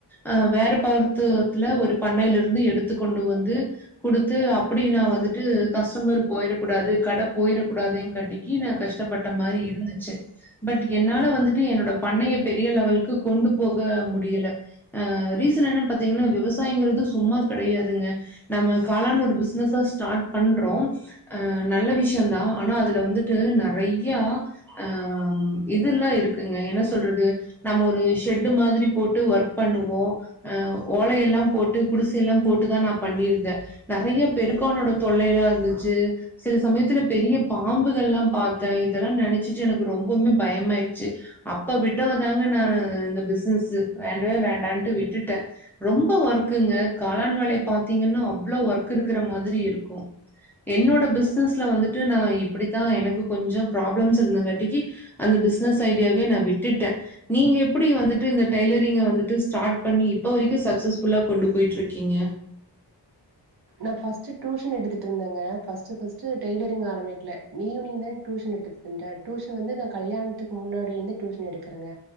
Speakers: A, in the centre; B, on the right.
A: அ வேற பகுத்துத்துல ஒரு பண்ணையில இருந்து எடுத்து கொண்டு வந்து து அப்படின்னா வந்துட்டு கஸ்டமர் போயிறக்கூடாது கட போயிறக்கூடாதுன் காட்டி க்கி ந கஷ்டப்பட்ட மாரி இருந்துச்சு பட் என்னால வந்துட்டு என்னோட பண்ணைய பெரிய லெவல்க்கு கொண்டு போக முடியல ஆ ரீசன் என்னன் பாத்தீங்ன்னா விவசாயங்றது சும்மா கடையாதுங்க நம்ம காளான் ஒரு பிஸ்னஸ ஸ்டாட் பண்றோ ஆ நல்ல விஷ்யோதா ஆனா அதுல வந்துட்டு நறையா ஆ இதுல்லா இருக்குங்க என்ன சொல்றது நம்ம ஒரு ஷெட்டு மாதிரி போட்டு ஒர்க் பண்ணுவோ அ ஓலை எல்லா போட்டு குடிசை எல்லா போட்டுதா நா பண்ணிருந்தே நறைய பெருக்கானோட தொல்லையா இருந்துச்சு சில சமயத்துல பெரிய பாம்புகள்லா பாத்தே இதெல்லா நினச்சிட்டு எனக்கு ரொம்பமே பயமாய்ருச்சு அப்ப விட்டவ தாங்க நானு இந்த பிஸ்னசு வேண்டவே வேண்டான்ட்டு விட்டுட்ட ரொம்ப ஒர்க்குங்க காளான் வேலைய பாத்தீங்கன்னா அவ்ளோ ஒர்க் இருக்குற மாதிரி இருக்கு என்னோட பிஸ்னஸ்ல வந்துட்டு நா இப்படித்தா எனக்கு கொஞ்சோ ப்ராப்ளம்ஸ் இருந்தங்காட்டிக்கி அந்த பிஸ்னஸ் ஐடியாவே நா விட்டுட்ட நீங்க எப்படி வந்துட்டு இந்த டெய்லரிங்க வந்துட்டு ஸ்டார்ட் பண்ணிட்டு சக்சஸ்ஃபுல்லா கொண்டு போய்ட்டு இருக்கீங்க
B: நா பஸ்ட்டு டூஷன் எடுத்துட்டுருந்தேங்க ஃபஸ்ட்டு ஃபஸ்ட்டு டெயரிலிங் ஆரம்பிக்கல ஈவினிங்தா டூஷன் எடுத்து ந்த டூஷன் வந்து நா கல்யாணத்துக் முன்னாடி இருந்து டூஷன் எடுக்கறேங்க